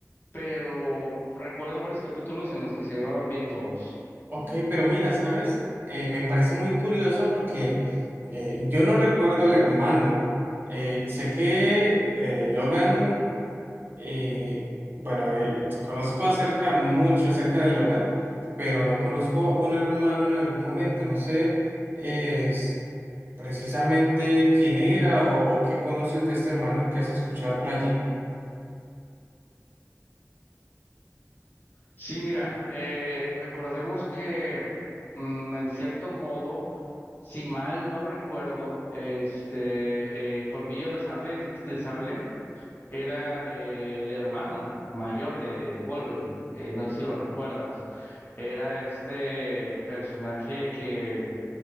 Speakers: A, on the left (about 40°); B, on the right (about 40°).
A: pero recuerdo varios capítulos en los que se llevaban bien todos.
B: Ok, pero mira, ¿sabes? Eh, me parece muy curioso porque eh, yo no recuerdo al hermano. Eh, sé que eh, Logan Eh, bueno, eh, conozco acerca, mucho acerca de Logan, pero no conozco un hermano en algún momento. No sé eh, s- precisamente quién era o, o qué conoces de este hermano que has escuchado por allí.
A: Sí, mira, eh, recordemos que mm, en cierto modo, si mal no recuerdo, este eh, Colmillo de Sable, Dientes de Sable, era eh, el hermano mayor de Wolverine. Eh, no sé si lo recuerdas. Era este personaje que